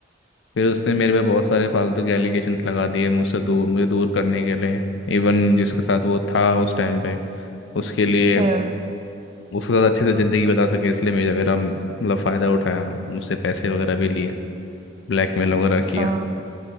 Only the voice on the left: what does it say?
फिर उसने मेरे पे बहुत सारे फालतू के एलिगेशंस लगा दिए मुझसे दूर मुझे दूर करने के लिए इवन जिसके साथ वो था उस टाइम पे उसके लिए
उसके साथ अच्छे से ज़िंदगी बता सके इसलिए मेरा मेरा मतलब फ़ायदा उठाया मुझसे पैसे वगैरह भी लिए ब्लैकमेल वगैरह किया